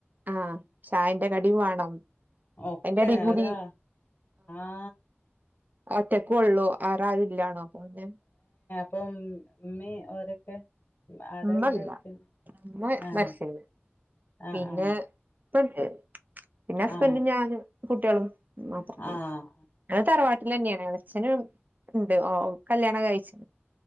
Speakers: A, on the right; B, on the left.
A: ആ ചായന്റെ കടി വാണം.
B: ഒക്കെതാ
A: അയിന്റെ എടേ കൂടി
B: ആ
A: ഒറ്റക്കോള്ളൂ ആറാരുല്ലാണോ അപ്പൊന്നെ
B: പ്പം ഉമ്മീ ഓരൊക്കെ? ആരല്ലേ
A: ഉമ്മല്ല
B: പിന്നെ
A: ഉമ്മ
B: ആഹ്
A: മരിച്ചോയ്
B: ആഹ്
A: പിന്നെ പ്പല്ല് പിന്നെ ഹസ്ബൻഡും
B: ആഹ്
A: ഞാനും കുട്ടികളും മാത്രാമായി
B: ആഹ്
A: <unintelligible> തറവാ ച്ഛനും ണ്ട് ഓ കല്യാണം കഴിച്ച്